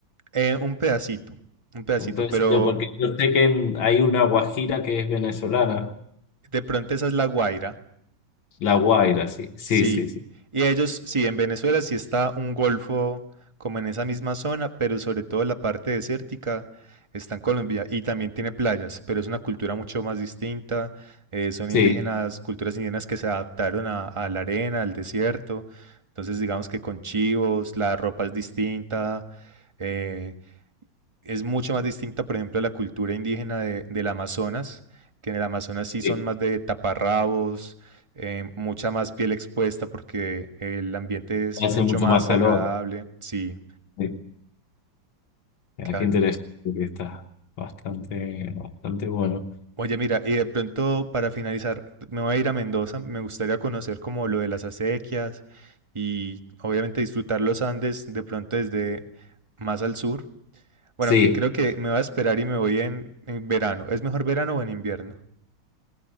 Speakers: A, on the right; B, on the left.
A: eh, un pedacito, un pedacito,
B: Un pedacito,
A: pero
B: porque yo sé que en- hay una Guajira que es venezolana,
A: de pronto esa es La Guaira.
B: la Guaira, sí, sí,
A: Sí,
B: sí, sí,
A: y ellos, sí, en Venezuela sí está un golfo como en esa misma zona, pero sobre todo la parte desértica está en Colombia y también tiene playas, pero es una cultura mucho más distinta. eh, son
B: sí,
A: indígenas, culturas indígenas que se adaptaron a, a la arena, al desierto. Entonces, digamos que con chivos, la ropa es distinta. eh, es mucho más distinta, por ejemplo, a la cultura indígena de- del Amazonas, que en el Amazonas
B: sí.
A: sí son más de taparrabos, eh, mucha más piel expuesta porque el ambiente es
B: Hace
A: mucho
B: mucho
A: más
B: más calor.
A: agradable. Sí,
B: Sí. Ah,
A: claro.
B: qué interesante que está bastante, bastante bueno.
A: Oye, mira, y de pronto para finalizar, me voy a ir a Mendoza, me gustaría conocer como lo de las acequias y obviamente disfrutar los Andes de pronto desde más al sur. Bueno,
B: Sí.
A: que creo que me voy a esperar y me voy en, en verano. ¿Es mejor verano o en invierno?